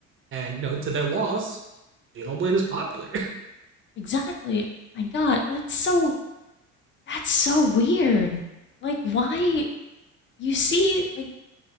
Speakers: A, on the right; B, on the left.
A: And, you know, to their loss, Xenoblade is popular.
B: Exactly. Oh My God, that's so that's so weird. Like, why you see like